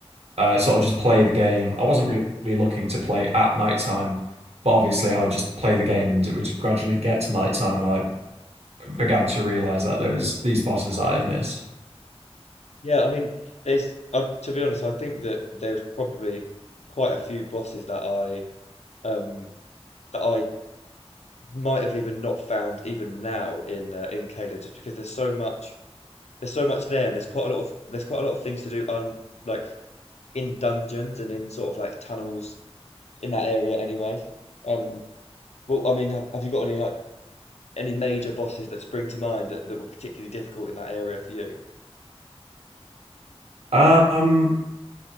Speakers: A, on the right; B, on the left.
A: uh, sort of just play the game. I wasn't really looking to play at nighttime, but obviously I would just play the game and it would gradually get to nighttime, and I began to realize that there was these bosses that I had missed.
B: Yeah, I mean, there's uh, to be honest, I think that there's probably quite a few bosses that I um that I might have even not found even now in uh, in Kayla, just because there's so much there's so much there, and there's quite a lot of there's quite a lot of things to do on like in dungeons and in sort of like tunnels in that area anyway. Um, Well, I mean, have, have you got any like any major bosses that spring to mind that, that were particularly difficult in that area for you?
A: Um,